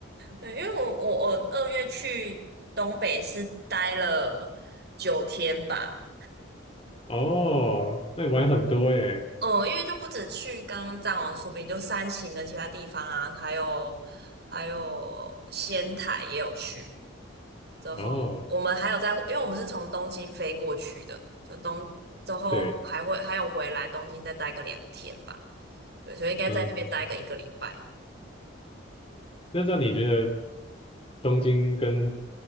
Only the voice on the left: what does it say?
哦，那你玩很多耶。
哦，
对，
嗯嗯，嗯那这样你觉得？东京跟